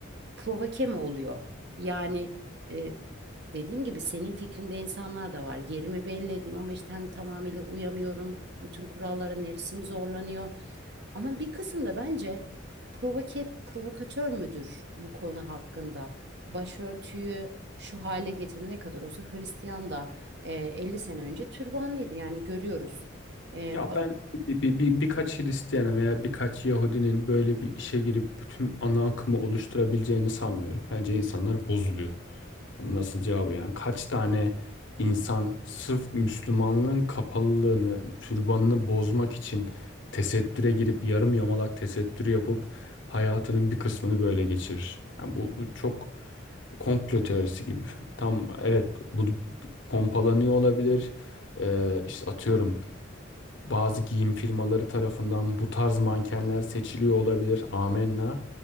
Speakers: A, on the right (about 55°); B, on the left (about 65°).
A: provoke mi oluyor? Yani e, dediğim gibi senin fikrinde insanlar da var. Yerimi belli edeyim ama işte hani tamamıyla uyamıyorum. Bütün kurallara nefsim zorlanıyor. Ama bir kısım da bence provoke, provokatör müdür bu konu hakkında? Başörtüyü şu hale getirin ne kadar olsa Hristiyan da e, 50 sene önce türbanlıydı yani görüyoruz. E,
B: Ya ben bir, bir, bir- birkaç Hristiyan'ın veya birkaç Yahudinin böyle bir işe girip bütün ana akımı oluşturabileceğini sanmıyorum. Bence insanlar bozuluyor. Bunun nasıl cevabı yani? Kaç tane insan sırf Müslümanlığın kapalılığını, türbanını bozmak için tesettüre girip yarım yamalak tesettürü yapıp hayatının bir kısmını böyle geçirir. Yani bu, bu çok komplo teorisi gibi. Tam evet bu pompalanıyor olabilir. Ee, işte atıyorum bazı giyim firmaları tarafından bu tarz mankenler seçiliyor olabilir. Amenna.